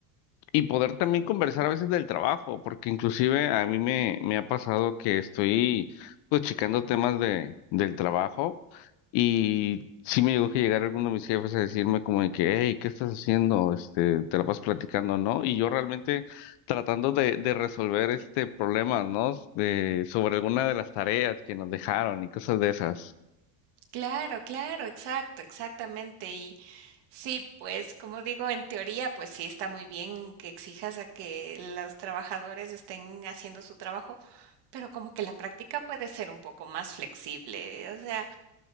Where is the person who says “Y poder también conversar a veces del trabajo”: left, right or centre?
Left